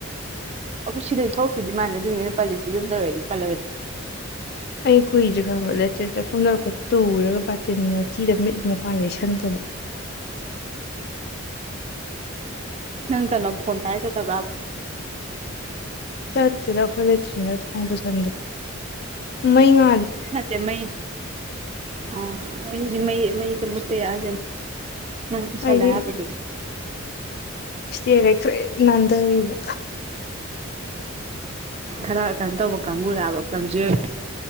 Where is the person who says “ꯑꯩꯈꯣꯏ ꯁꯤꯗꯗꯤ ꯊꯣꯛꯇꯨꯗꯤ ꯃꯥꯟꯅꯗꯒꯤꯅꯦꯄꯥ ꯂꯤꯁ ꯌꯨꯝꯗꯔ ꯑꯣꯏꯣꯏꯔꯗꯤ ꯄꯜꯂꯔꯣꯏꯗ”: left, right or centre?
Right